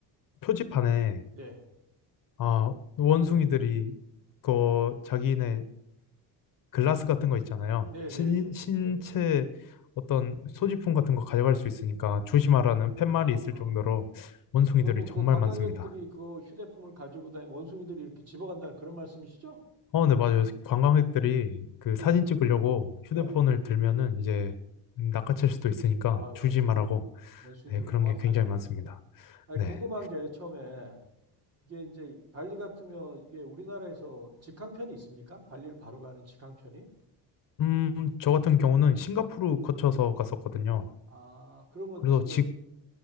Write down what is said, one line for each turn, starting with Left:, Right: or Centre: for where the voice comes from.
Left: 표지판에
Right: 네,
Left: 아, 원숭이들이 그 자기네 글라스 같은 거 있잖아요.
Right: 네,
Left: 신,
Right: 네, 네,
Left: 신체
Right: 네.
Left: 어떤 소지품 같은 거 가져갈 수 있으니까 조심하라는 팻말이
Right: 아,
Left: 있을 정도로 원숭이들이
Right: 그럼
Left: 정말
Right: 그 관광객들이
Left: 많습니다.
Right: 그 휴대폰을 가지고 다니면 원숭이들이 이렇게 집어간다는 그런 말씀이시죠?
Left: 어, 네, 맞아요. 관광객들이
Right: 어,
Left: 그 사진 찍으려고 휴대폰을
Right: 예.
Left: 들면은 이제 낚아챌 수도 있으니까
Right: 아, 원숭이들이,
Left: 조심하라고.
Right: 원숭이들이
Left: 네, 그런
Right: 영악하네.
Left: 게 굉장히 많습니다.
Right: 아니,
Left: 네.
Right: 궁금한 게 처음에 이게 이제 발리 같으면 이게 우리나라에서 직항편이 있습니까? 발리를 바로 가는 직항편이?
Left: 음, 저 같은 경우는 싱가포르 거쳐서 갔었거든요.
Right: 아, 그러면
Left: 그래서
Right: 지-
Left: 직,
Right: 어,